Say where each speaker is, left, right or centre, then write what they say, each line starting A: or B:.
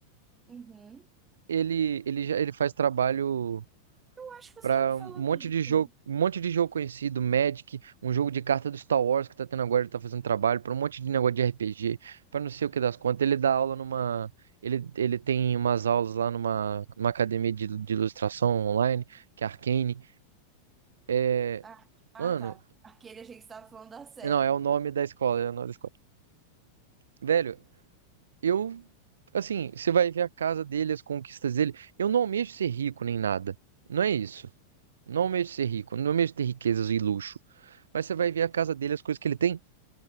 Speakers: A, on the right; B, on the right.
A: Uhum.
B: Ele, ele, já, ele faz trabalho.
A: Eu acho que
B: para
A: você já me falou
B: um monte
A: dele,
B: de jogo,
A: sim.
B: um monte de jogo conhecido, Magic, um jogo de carta do Star Wars que tá tendo agora, ele tá fazendo trabalho, para um monte de negócio de RPG, para não sei o que das contas. Ele dá aula numa. Ele, ele tem umas aulas lá numa, numa academia de, de ilustração online, que é Arcane. É,
A: Ah, ah,
B: mano,
A: tá. Aquele a gente estava falando da série.
B: não, é o nome da escola, é o nome da escola. Velho, eu. Assim, você vai ver a casa dele, as conquistas dele. Eu não almejo ser rico nem nada. Não é isso. Não almejo ser rico, não almejo ter riquezas e luxo. Mas você vai ver a casa dele, as coisas que ele tem.